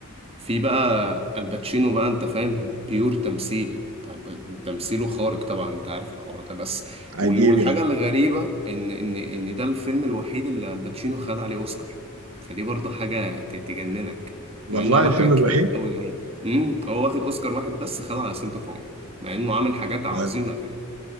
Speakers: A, on the right; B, on the right.
A: في بقى الباتشينو بقى انت فاهم بيور تمثيل ت- ب- تمثيله خارق طبعا انت عارف الحوار ده بس
B: عجيب
A: وال- والحاجة
B: يا مان
A: الغريبة ان ان ان ده الفيلم الوحيد اللي الباتشينو خد عليه اوسكار فدي برضه حاجة ت- تجننك
B: والله
A: مع انه عمل
B: الفيلم
A: حاجات
B: الوحيد
A: كتير قوي جميل امم هو واخد اوسكار واحد بس خده على سنتو فوم مع انه عامل حاجات عظيمة
B: آه.
A: تانية